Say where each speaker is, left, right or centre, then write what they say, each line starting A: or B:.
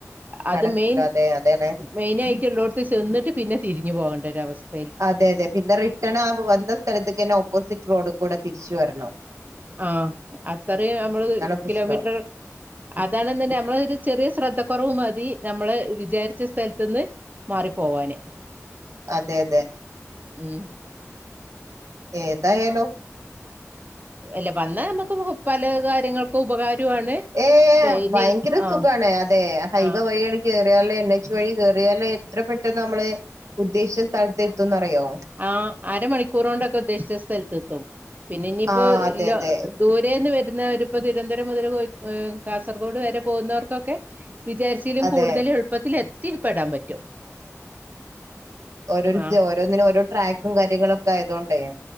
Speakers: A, on the right (about 35°); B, on the right (about 75°).
A: അത്
B: നടക്കൂല
A: മെയിൻ
B: അതെ അതാണ്
A: മെയിനായിട്ടുള്ളോടത്ത് ചെന്നിട്ട് പിന്നെ തിരിഞ്ഞു പോകെണ്ടോരവസ്ഥ
B: അതെ അതെ പിന്നെ റിട്ടാണാവുമ്പോ വന്ന സ്ഥലത്ത്ക്കെന്നെ ഓപ്പോസിറ്റ് റോഡിൽ കൂടെ തിരിച്ചുവരണം
A: ആ അത്രയും നമ്മള്
B: പ്രശ്നം
A: കിലോമീറ്റർ അതാണ് നമ്മള് ഒരു ചെറിയ ശ്രദ്ധകുറവ് മതി നമ്മള് വിചാരിച്ച സ്ഥലത്തുന്ന് മാറിപ്പോവാന്
B: അതെ അതെ
A: ഉം
B: ഏതായാലും
A: അല്ല വന്നാ നമുക്ക് പല കാര്യങ്ങൾക്കും ഉപകാരമാണ്
B: ഏഹ്
A: പിന്നെ
B: ഭയങ്കര
A: ആഹ്
B: സുഖാണ് അതെ ഹൈവേ
A: ആഹ്
B: വഴിയാണ് കയറിയാലേ വഴി കേയറിയല്ല എത്ര പെട്ടെന്ന് നമ്മള് ഉദ്ദേശിച്ച സ്ഥലത്ത് എത്തുംന്നറിയോ
A: ആ അരമണിക്കൂർ കൊണ്ടൊക്കെ ഉദ്ദേശിച്ച സ്ഥല പിന്നെ ഇനിയിപ്പോ
B: ആഹ് അതെ അതെ
A: ദൂരന്ന് വ പ്പോ തിരുവനന്തപുരം മുതൽ കാസർഗോഡ് വരെ പോകുന്നവർക്കൊക്കെ വിചാരിച്ചിലും
B: അതെ
A: കൂടുതൽ എളുപ്പത്തിൽ എത്തിപ്പെെടാൻ പറ്റും
B: ഓരോ
A: ആഹ്
B: ഓരോന്നിനും ഓരോ ട്രാക്കും കാര്യങ്ങളും ഒക്കെ ആയതുകൊണ്ടേ